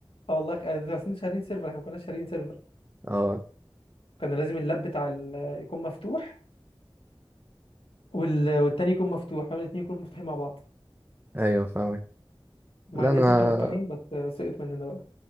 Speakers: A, on the left (about 80°); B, on the right (about 20°).
A: اه والله خ- ده بس انتوا شارين سيرفر احنا ما كناش شارين سيرفر
B: اه
A: كان لازم اللاب بتاع ال- يكون مفتوح وال... والتاني يكون مفتوح فاهم الاتنين يكونوا مفتوحين مع بعض
B: ايوه فاهمك
A: مع
B: لا
A: ان
B: انا
A: الاتنين كانوا مفتوحين بس آه، سقط مننا بقى